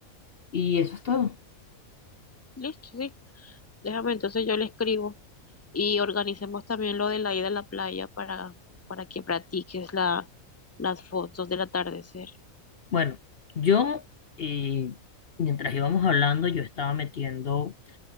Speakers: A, on the left; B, on the left.
A: y eso es todo.
B: Listo, sí. Déjame, entonces yo le escribo y organicemos también lo de la ida a la playa para, para que practiques la, las fotos del atardecer.
A: Bueno, yo, eh, mientras íbamos hablando, yo estaba metiendo